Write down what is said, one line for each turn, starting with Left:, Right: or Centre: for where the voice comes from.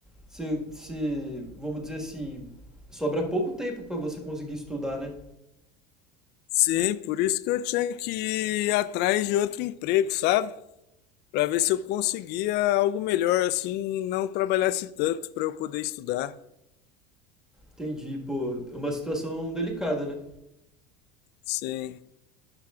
Centre: você, você, vamos dizer assim, sobra pouco tempo pra você conseguir estudar, né?
Left: Sim, por isso que eu tinha que ir atrás de outro emprego, sabe? Para ver se eu conseguia algo melhor assim, e não trabalhasse tanto para eu poder estudar.
Centre: Entendi, pô, é uma situação delicada, né?
Left: Sim.